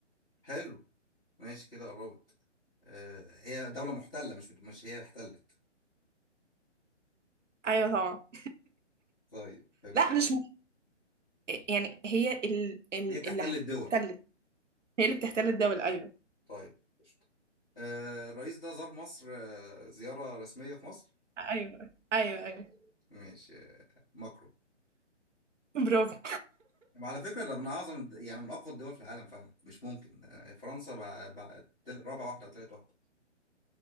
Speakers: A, in the centre; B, on the right (about 80°).
A: حلو ماشي كده قربت آه... هي دولة محتلة مش مش هي احتلت
B: ايوه طبعا
A: طيب حلو
B: لا مش م... يعني هي ال... ال...
A: هي بتحتل
B: اللي احتلت
A: الدول
B: هي اللي بتحتل الدولة ايوه
A: طيب قشطة آه... الرئيس ده زار مصر آه... زيارة رسمية في مصر
B: ايوه ايوه ايوه
A: ماشي آه، ماكرون
B: برافو
A: وعلى فكرة ده من أعظم الد- يعني من أقوى الدول في العالم فعلا مش ممكن آه، فرنسا بقى بقى تل- رابع واحدة أو تالت واحدة